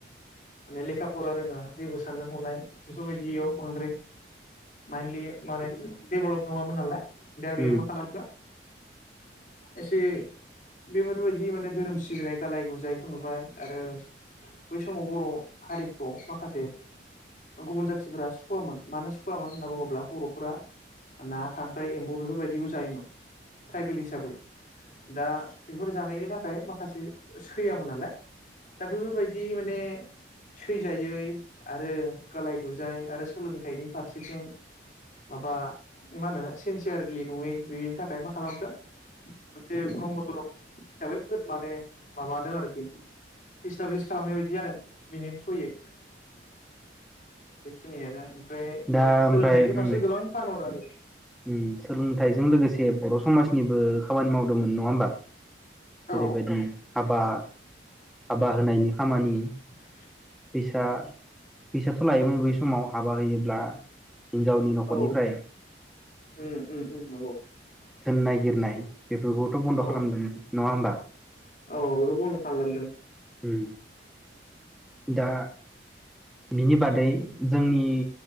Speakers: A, on the left; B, in the centre.
A: माने लेखा फरा रोङा जेबो साननो हनाय बेफोर बायदियाव बांद्राय माइन्दलि माने डेभलप नंङामोन नालाय दा
B: औ
A: बेयो मा खालामखो एसे बेफोर बायदि माने धोरोम सिबिनाय गालाय गुजायखौ नुबाय आरो बै समाव बर' हारिखौ माखासे ओ गुबुन जाथिफोरा सुखुवामोन। मानो सुखुवामोन होन्ना बुङोब्ला बर'फोरा ना, खांख्राइ, एम्बु बेफोर बायदिखौ जायोमोन। ट्राइबेल हिसाबै। दा बेफोर जानायनि था ओमफ्राय माखासे सैयामोन नालाय दा बेफोर बायदि माने सैजायै आरो गालाय गुजाय आरो सोलोंथाइनि फारसेथिं माबा मा होनो सिनसियारलि नङै बेनि थाखाय मा खालामखो मोनसे ब्रह्म धरम लांदां हिसाबै फोर माने माबादों आरोखि। इस्टाब्लिस खालामनाय बायदि आरो बेनि थ्रुयै। बेखिनियानो ओमफ्राय
B: दा ओमफ्राय
A: सोलोंथाइनि
B: उम
A: फारसे
B: उम
A: गोबां थानहरो आरो
B: सोलोंथाइजों लोगोसे बर' समाजनिबो खामानि मावदोंमोन नङा होमबा। जेरै
A: औ
B: बायदि हाबा हाबा होनायनि खामानि
A: लांदां
B: फैसा फैसाथ' लायोमोन बै समाव हाबा होयोब्ला हिनजावनि न'खरनिफ्राय
A: औ उम उम उम नंगौ।
B: थोन नागिरनाय बेफोरखौथ बन्द
A: अ
B: खालामदों नङा होमबा?
A: औ बेखौ बुंनो थालांदों
B: उम दा बिनि बादै जोंनि